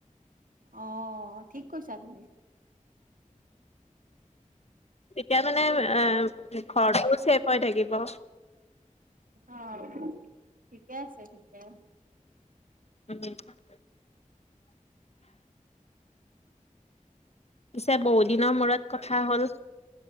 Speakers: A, on the right; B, on the left.
A: অ', ঠিক কৈছা তুমি।
B: এতিয়া মানে এ ঘৰটোও চেফ হৈ থাকিব।
A: অ', ঠিকে আছে, ঠিকে আছে।
B: <unintelligible> পিছে বহু দিনৰ মূৰত কথা হ'ল।